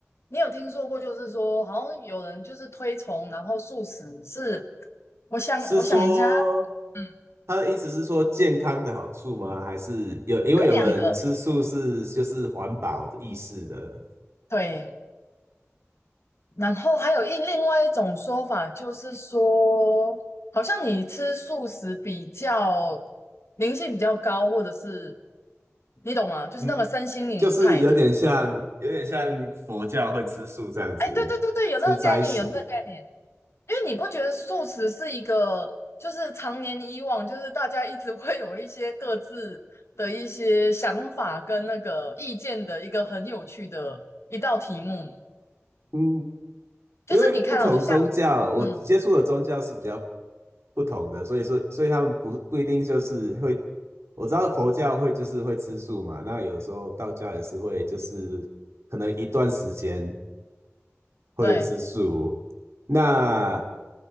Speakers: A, on the left; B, on the right.
A: 你有听说过，就是说，好像有人就是推崇，然后素食是，我想，
B: 是说
A: 我想一下，嗯，
B: 他的意思是说健康的好处吗？还是有因为有的人吃素是就是环保的意思的，
A: 有两个，对。然后还有一另外一种说法，就是说，好像你吃素食比较灵性比较高，或者是你懂吗？就是那个身心灵派的。
B: 嗯，就是有点像有点像佛教会吃素这样子，
A: 哎，对对对对，有那个概念，
B: 吃斋食。
A: 有那个概念。因为你不觉得素食是一个，就是常年以往，就是大家一直会有一些各自的一些想法跟那个意见的一个很有趣的一道题目。
B: 嗯，
A: 就是你看到、
B: 因为不同宗教，
A: 你像，
B: 我接触的宗教是比较
A: 嗯，
B: 不同的，所以说所以他们不不一定就是会，我知道佛教会就是会吃素嘛，那有的时候道教也是会就是可能一段时间。会吃素。
A: 对。
B: 那